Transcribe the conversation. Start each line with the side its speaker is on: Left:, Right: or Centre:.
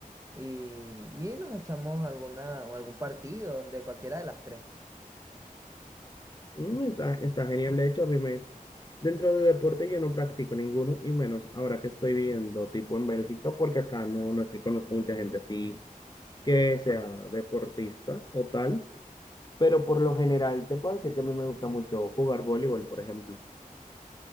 Right: y, y nos echamos alguna, o algún partido de cualquiera de las tres.
Left: Mm, Está, está genial. De hecho, a mí me... Dentro de deporte yo no practico ninguno, y menos ahora que estoy viviendo tipo en Bélgica, porque acá no, no es que conozco mucha gente así que sea deportista o tal, pero por lo general te puedo decir que a mí me gusta mucho jugar voleibol, por ejemplo.